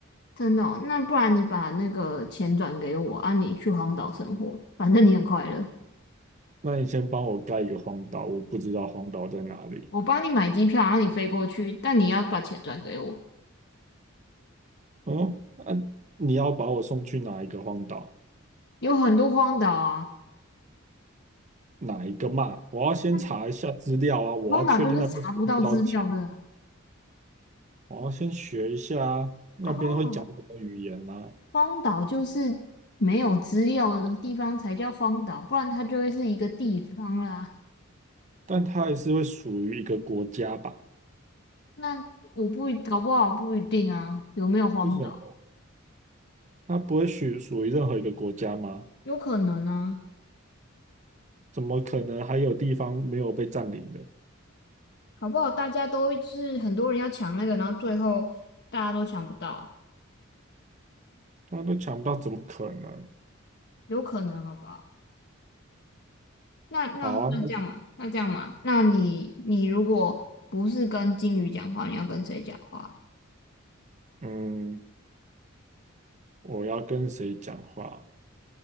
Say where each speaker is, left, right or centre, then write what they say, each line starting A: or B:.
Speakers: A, on the left (about 55°); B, on the right (about 35°).
A: 真的哦那不然你把那个钱转给我啊，你去荒岛生活，反正你很快乐。
B: 那你先帮我盖一个荒岛，我不知道荒岛在哪里。
A: 我帮你买机票，然后你飞过去，但你要把钱转给我。
B: 嗯，那、你要把我送去哪一个荒岛？
A: 有很多荒岛啊，
B: 哪一个嘛？我要先查一下资料啊，
A: 那
B: 我要确定那边付不到钱，
A: 荒岛就是查不到资料的
B: 我要先学一下那边会讲什么语言啊。
A: 啊荒岛荒岛就是没有资料的地方才叫荒岛，不然它就会是一个地方啦。
B: 但它还是会属于一个国家吧？
A: 那我不一搞不好不一定啊，有没有荒岛？
B: 为什么？它不会属属于任何一个国家吗？
A: 有可能啊，
B: 怎么可能还有地方没有被占领的？
A: 搞不好大家都是很多人要抢那个，然后最后大家都抢不到，
B: 大家都抢不到，怎么可能？
A: 有可能好不好？那那那这样嘛，
B: 好啊，那
A: 那这样嘛，那你你如果不是跟鲸鱼讲话，你要跟谁讲话？
B: 嗯，我要跟谁讲话？